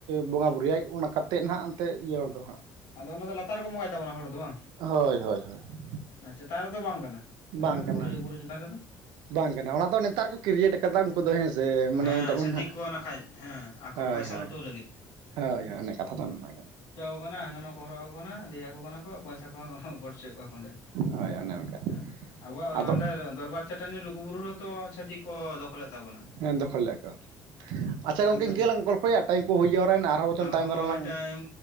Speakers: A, on the right; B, on the left.
A: ᱵᱚᱸᱜᱟ ᱵᱩᱨᱩ ᱭᱟᱭ ᱚᱱᱟ ᱠᱟᱛ ᱛᱮᱫ ᱱᱟᱦᱟᱜ ᱮᱱᱛᱮ ᱤᱭᱟᱹ ᱦᱚᱲ ᱫᱚ ᱦᱟᱸᱜ
B: ᱟᱫᱚ ᱚᱱᱟ ᱫᱚ ᱞᱟᱛᱟᱨ ᱨᱮᱠᱚ ᱵᱚᱸᱜᱟᱭ ᱛᱟᱵᱚᱱᱟ ᱦᱚᱲ ᱫᱚ ᱵᱟᱝ?
A: ᱦᱳᱭ ᱦᱳᱭ ᱦᱳᱭ ᱾
B: ᱟᱪᱷᱟ ᱪᱮᱛᱟᱱ ᱨᱮᱫᱚ ᱵᱟᱝ ᱠᱟᱱᱟ? ᱪᱮᱛᱟᱱ
A: ᱵᱟᱝ
B: ᱨᱮ
A: ᱠᱟᱱᱟ
B: ᱵᱩᱨᱩ ᱵᱩᱨᱩ ᱪᱮᱛᱟᱱ ᱨᱮᱫᱚ
A: ᱵᱟᱝ ᱠᱟᱱᱟ ᱚᱱᱟ ᱫᱚ ᱱᱮᱛᱟᱨ ᱠᱚ ᱠᱨᱤᱭᱮᱴ ᱠᱟ ᱠᱟᱫᱟ ᱩᱱᱠᱩᱫᱚ ᱦᱮᱸᱥᱮ ᱢᱟᱱᱮ
B: ᱦᱮᱸ
A: ᱱᱤᱛᱚᱜ
B: ᱪᱷᱟᱹᱛᱤᱠ
A: ᱢᱟᱱᱟᱜ
B: ᱠᱚ ᱱᱟᱠᱷᱟᱡ ᱦᱮᱸ ᱟᱠᱚ
A: ᱦᱳᱭ
B: ᱯᱚᱭᱥᱟ
A: ᱦᱳᱭ
B: ᱞᱩᱴᱟᱹᱣ ᱞᱟᱹᱜᱤᱫ
A: ᱦᱳᱭ ᱦᱳᱭ ᱚᱱᱮ ᱠᱟᱛᱷᱟ ᱫᱚ ᱚᱱᱱᱟ ᱠᱟᱱᱟ ᱾
B: ᱚᱱᱟ ᱦᱟᱱᱟ ᱱᱚᱣᱟ ᱠᱚ ᱦᱚᱨᱚᱜ ᱟᱠᱚ ᱠᱟᱱᱟ ᱞᱟᱹᱭᱟᱠᱚ ᱠᱟᱱᱟ ᱠᱚ ᱯᱚᱭᱥᱟ ᱠᱚᱦᱚ ᱜᱚᱰ ᱚᱪᱚᱭᱮᱫ ᱠᱚᱣᱟ ᱚᱸᱰᱮ
A: ᱦᱳᱭ ᱚᱱᱮ ᱚᱱᱠᱟ
B: ᱮᱸ ᱟᱵᱚᱣᱟᱜ
A: ᱟᱫᱚ
B: ᱚᱸᱰᱮ ᱫᱚᱨᱵᱟᱨ ᱪᱟᱹᱴᱟᱹᱱᱤ ᱞᱚᱜᱩ ᱵᱩᱨᱩ ᱨᱮᱦᱚᱸ ᱛᱚ ᱪᱷᱟᱹᱛᱤᱠ ᱠᱚ ᱫᱚᱠᱷᱚᱞᱮᱫ ᱛᱟᱵᱚᱱᱟ ᱾
A: ᱦᱮᱸ ᱫᱚᱠᱷᱚᱞ ᱞᱮᱫ ᱠᱚ ᱾ ᱟᱪᱪᱷᱟ ᱜᱚᱢᱠᱮ
B: ᱨᱮ
A: ᱤᱱᱠᱟᱹ ᱞᱟᱝ ᱜᱚᱞᱯᱷᱚᱭᱟ ᱴᱟᱭᱤᱢ ᱠᱩ ᱦᱩᱭ ᱡᱟᱣᱨᱟᱭᱱᱟ ᱟᱨᱦᱚᱸ ᱵᱚᱪᱚᱝ ᱛᱟᱭᱚᱢ
B: ᱦᱳᱭ
A: ᱫᱟᱨᱟᱢ ᱞᱟᱝ
B: ᱴᱟᱭᱤᱢ